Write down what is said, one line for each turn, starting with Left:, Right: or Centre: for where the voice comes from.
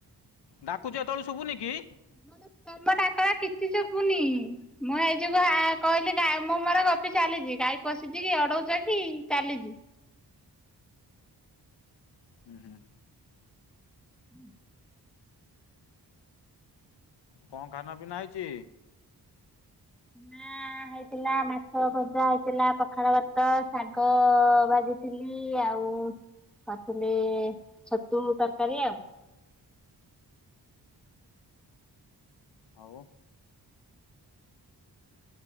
Left: ଡାକୁଚଛି ଏତେବେଳୁ ଶୁଭୁନି କି?
Centre: ମ ତମ ଡାକରା କିଛି ଯବୁନି। ମୁଁ ଏଇ ଯୁ କହିଲି ଗା ମୁଁ ମୋର ଗପି ଚାଲିଛି ଗାଈ ପଶିଛି କି ଅଡଉଛ କି ଚାଲିଛି।
Left: ହୁଁ ହୁଁ
Centre: ହୁଁ
Left: କଣ ଖାନା ପିନା ହେଇଛି?
Centre: ନା ହେଇଥିଲା ମାଛ ଭଜା ହେଇଥିଲା ପଖାଳ ଭାତ ଶାଗ ଭାଜି ଥିଲି ଆଉ କରିଥିଲି ଛତୁ ତରକାରୀ ଆଉ
Left: ଆଉ